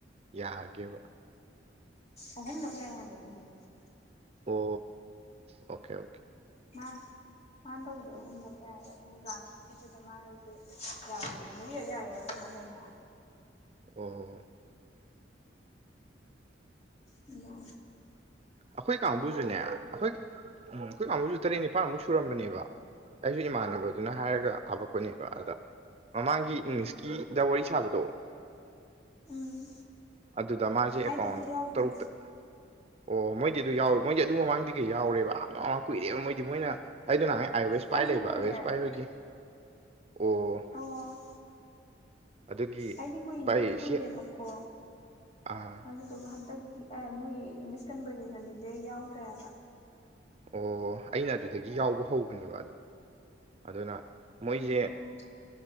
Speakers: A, on the right; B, on the left.
A: ꯌꯥꯒꯦꯕ
B: ꯑꯍꯨꯝꯂꯛ ꯌꯥꯏ ꯍꯥꯏꯕꯗꯨꯅꯦ
A: ꯑꯣ ꯑꯣꯀꯦ ꯑꯣꯀꯦ
B: ꯃꯥ ꯃꯥꯟ ꯇꯧꯕꯗꯤ ꯑꯍꯨꯝꯂꯛ ꯌꯥꯏ ꯑꯗꯨ ꯑꯣꯖꯥ ꯀꯤꯗꯨꯗ ꯃꯥꯏꯖꯦ ꯌꯥꯗ꯭ꯔꯦꯌꯦ ꯃꯔꯤꯔꯛ ꯌꯥꯏ ꯍꯥꯏꯕ <unintelligible> ꯍꯥꯏꯗꯥꯏꯅꯦ
A: ꯑꯣ ꯍꯣ ꯍꯣ
B: ꯍꯜꯂꯣ
A: ꯑꯈꯣꯏ ꯀꯥꯡꯕꯨꯖꯨꯅꯦ ꯑꯈꯣꯏ ꯎꯝ ꯑꯈꯣꯏ ꯀꯥꯡꯕꯨꯖꯨ ꯇꯔꯦꯠꯅꯤ ꯄꯥꯥꯟꯃꯨꯛ ꯁꯨꯔꯝꯕꯅꯦꯕ ꯑꯩꯖꯨ ꯏꯃꯥꯟꯅꯕꯗꯨꯅ ꯍꯥꯏꯔꯒ ꯍꯥꯞꯄꯛꯄꯅꯦꯕ ꯑꯗ ꯃꯃꯥꯡꯒꯤ ꯏꯪꯂꯤꯁꯀꯤꯗ ꯋꯥꯔꯤ ꯁꯥꯕꯗꯣ
B: ꯎꯝ
A: ꯑꯗꯨꯗ ꯃꯥꯖꯦ
B: ꯑꯩꯗꯤ
A: ꯑꯦꯀꯥꯎꯟ
B: ꯑꯗꯨ ꯌꯥꯎꯗꯦ
A: ꯇꯔꯨꯛꯇ ꯑꯣ ꯃꯣꯏꯗꯤ ꯑꯗꯨ ꯌꯥꯎ ꯃꯣꯏꯗꯤ ꯑꯗꯨ ꯃꯃꯥꯡꯗꯒꯤ ꯌꯥꯎꯔꯦꯕ ꯑꯥ ꯃꯥꯃꯃꯥꯡ ꯀꯨꯏꯔꯦꯕ ꯃꯣꯏꯗꯤ ꯃꯣꯏꯅ ꯑꯩꯗꯨ ꯅꯍꯥꯟꯉꯩ ꯑꯥꯏ ꯑꯣꯋꯦꯁ
B: ꯑꯩꯁꯨ
A: ꯄꯥꯏ ꯂꯩꯕ
B: ꯀꯨꯏꯔꯦ
A: ꯑꯥꯏ ꯑꯣ ꯑꯦꯁ ꯄꯥꯏꯕꯒꯤ ꯑꯣ
B: ꯑꯣ
A: ꯑꯗꯨꯒꯤ
B: ꯑꯩꯗꯤ ꯀꯨꯏꯗꯤ
A: ꯚꯥꯏ
B: ꯀꯨꯏꯔꯦꯕꯀꯣ
A: ꯁꯤ ꯑꯥ
B: ꯑꯗꯨꯗꯨꯒ ꯍꯟꯗꯛꯀꯤ ꯑꯦ ꯅꯣꯏꯒꯤ ꯏꯪꯂꯤꯁ ꯀꯟꯕꯔꯖꯦꯁꯟꯗꯨꯗꯤ ꯑꯩ ꯌꯥꯎꯗ꯭ꯔꯦꯕ
A: ꯑꯣ ꯑꯩꯅ ꯑꯗꯨꯗꯒꯤ ꯌꯥꯎꯕ ꯍꯧꯕꯅꯦꯕ ꯑꯗꯨꯅ ꯃꯣꯏꯖꯦ
B: ꯑꯣ